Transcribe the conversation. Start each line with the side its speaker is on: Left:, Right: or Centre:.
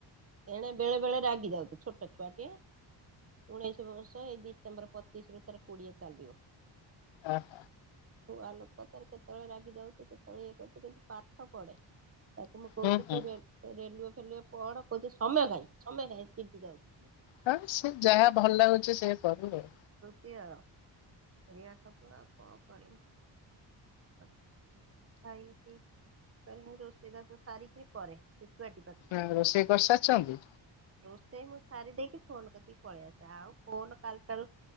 Right: ଏଣେ ବେଳେ ବେଳେ ରାଗି ଯାଉଚି ଛୋଟ ଛୁଆଟିଏ ଉଣେଇଶି ବର୍ଷ ଏଇ ଡିସେମ୍ବର ପଚିଶରୁ ତାର କୋଡିଏ ଚାଲିବ।
Left: ଆହ।
Right: ଛୁଆ ଲୋକ ତାର କେତେବେଳେ ରାଗିଯାଉଚି କେତେଳେ ଇଏ କରୁଚି କିନ୍ତୁ ପାଠ ପଢେ। ତାକୁ ମୁଁ କହୁଚି
Left: ହୁଁ ହୁଁ।
Right: ତୁ ରେ ରେଲୱେ <unintelligible> ପଢ କୋହୁଚି ସମୟ କାଇଁ ସମୟ କାଇଁ ଚିଡି ଯାଉଚି।
Left: ହଁ ଯେ ସେ ଯାହା ଭଲ ଲାଗୁଚି ସେୟା କରୁ ଆଉ।
Right: ଏଇଆ ଏଇଆ ସବ କୁ ଆଉ କଣ କରିମି ତାକୁ ଖାଇପିଇ କରିମି ରୋଷେଇବାସ ସାରିକିରି କରେ ସେ ଛୁଆଟି ପାଖକୁ।
Left: ହଁ ରୋଷେଇ କରିସାରଚନ୍ତି?
Right: ସେଇ ମୁଁ ସାରି ଦେଇକି ଫୋନ କତିକି ପଳେଇ ଆସେ ଆଉ ଫୋନ କାଲିଠାରୁ